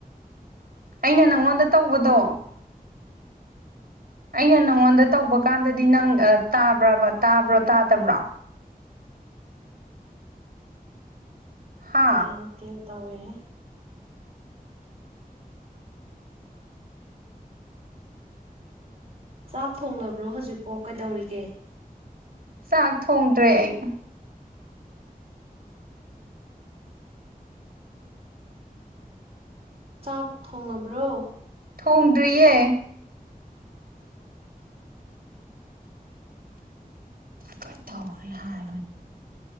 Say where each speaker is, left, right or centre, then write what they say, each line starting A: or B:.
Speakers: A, on the right; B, on the right.
A: ꯑꯩꯅ ꯅꯪꯉꯣꯟꯗ ꯇꯧꯕꯗꯣ ꯑꯩꯅ ꯅꯪꯉꯣꯟꯗ ꯇꯧꯕ ꯀꯥꯟꯗꯗꯤ ꯅꯪ ꯇꯥꯕ꯭ꯔꯕ ꯇꯥꯕ꯭ꯔꯣ ꯇꯥꯗꯕ꯭ꯔꯣ ꯍꯥ
B: ꯇꯦꯡ ꯇꯦꯡ ꯇꯧꯋꯦꯍꯦ ꯆꯥꯛ ꯊꯣꯡꯂꯕ꯭ꯔꯣ ꯍꯧꯖꯤꯛꯐꯣ ꯀꯩꯗꯧꯔꯤꯒꯦ
A: ꯆꯥꯛ ꯊꯣꯡꯗ꯭ꯔꯦ ꯑꯩ
B: ꯆꯥꯛ ꯊꯣꯡꯉꯕ꯭ꯔꯣ
A: ꯊꯣꯡꯗ꯭ꯔꯤꯌꯦ ꯀꯇꯧꯔꯤ ꯍꯥꯏ